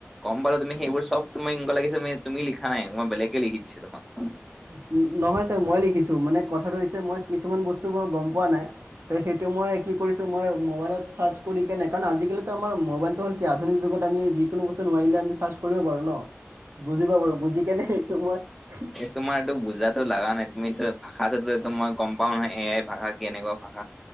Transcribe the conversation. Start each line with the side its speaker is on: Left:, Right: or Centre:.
Centre: গম পালোঁ, তুমি সেইবোৰ চব তুমি এনেকুৱা লাগিছে, তুমি-তুমি লিখা নাই। মই বেলেগে লিখি দিছে তোমাক।
Right: উ', নহয় ছাৰ মই লিখিছোঁ। মানে কথাটো হৈছে মই কিছুমান বস্তু বাৰু গম পোৱা নাই! তো সেইটো মই কি কৰিছোঁ, মই মোবাইলত চাৰ্চ কৰি কেনে, কাৰণ আজিকালিতো আমাৰ মোবাইলটো হ'ল কি এতিয়া আধুনীক যুগত আমি যিকোনো বস্তু নোৱাৰিলে আমি চাৰ্চ কৰিব পাৰোঁ ন?
Centre: <inaudible>
Right: বুজি পাওঁ বাৰু বুজি কেনে এইটো মই
Centre: তোমাৰটো বুজাতো লাগা নাই। তুমিতো ভাষাতো টো এইটো মই গম পাওঁ নহয়, এ আই ভাষা কেনেকুৱা ভাষা।